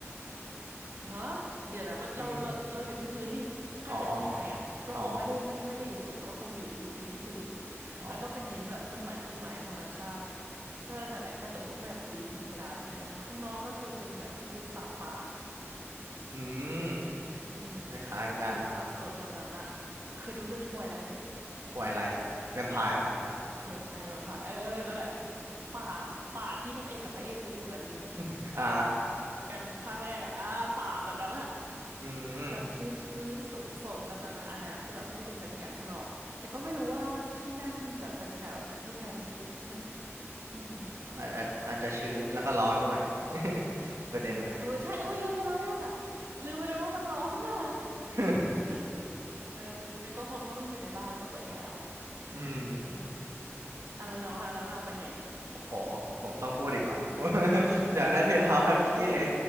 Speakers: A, on the right (about 50°); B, on the right (about 75°).
A: ฮะเดี๋ยวนะมันเราเราเราอยู่ที่พื้นดิถ้าเกิดที่ไทยอ่ะก็คงไม่ได้ไม่ไม่ได้อยู่สูงก็คงอยู่อยู่อยู่ที่พื้น
B: อืมอ๋อ อ๋อ อ๋อ
A: แล้วก็เป็นเน้นแบบต้นไม้ต้นไม้ธรรมชาติก็แต่นแหละกระจกตั้งแต่พื้นถึงเพดานใช่ไหมแล้วข้างนอกก็คือเป็นแบบวิวป่าป่า
B: อืม
A: อืม
B: คล้ายๆกัน
A: แบบป่าสดแบบนั้นอ่ะเคยดูเรื่องทไวไลท์ไหม
B: ทวายไลท์แวมไพร์ปะ
A: แวมไพร์แวมไพร์เออนั่นแหละป่าป่าที่นางเอกกับพระเอกไปอยู่กัน
B: <laughs> อ่า
A: กันภาคแรกอ่ะอ่าป่าแบบนั้นอ่ะ
B: อืม
A: แบบชื้นชื้นสนสนแบบนั้นอะอันนั้นคือแบบให้เป็นบรรยากาศข้างนอกแต่ก็ไม่รู้ว่าที่นั่นแบบบรรยากาศแบบนั้นที่ไทยมันอยู่ที่ไหนอืม
B: อาจอาจอาจจะชื้นแล้วก็ร้อนด้วย <laughs> ประเด็นนะ
A: เออเออใช่เอ้ยลืมไปเลยอะลืมไปเลยว่ามันร้อนอะ
B: <laughs>
A: <laughs> เอองั้นก็คงต้องอยู่ในบ้านแล้วก็เปิดแอร์เอา
B: อืม
A: เอออ่ะแล้วน้องล่ะแล้วน้องล่ะเป็นไง
B: โอ้โหผมต้องพูดอีกเหรอ <laughs>
A: อ่า
B: อยากได้เพนท์เฮาส์แบบพี่เลย
A: ฟิล